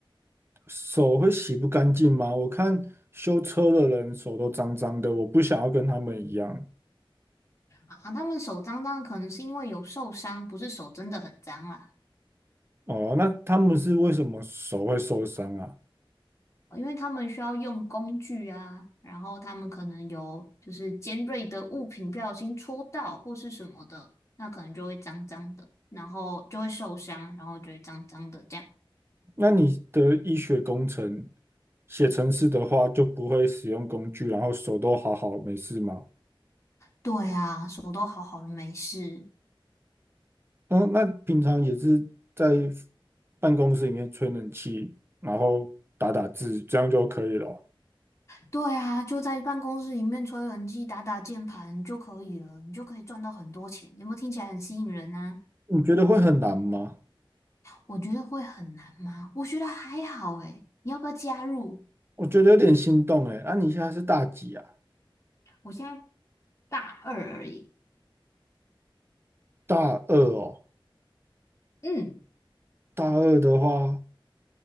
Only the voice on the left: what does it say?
啊。他们手脏脏，可能是因为有受伤，不是手真的很脏啦。
因为他们需要用工具啊，然后他们可能有就是尖锐的物品不小心戳到或是什么的，那可能就会脏脏的，然后就会受伤，然后就会脏脏的这样。
对啊，手都好好的没事。
对啊，就在办公室里面吹冷气、打打键盘就可以了，你就可以赚到很多钱。有没有听起来很吸引人啊？
我觉得会很难吗？我觉得还好诶，你要不要加入？
我现在大二而已。
嗯。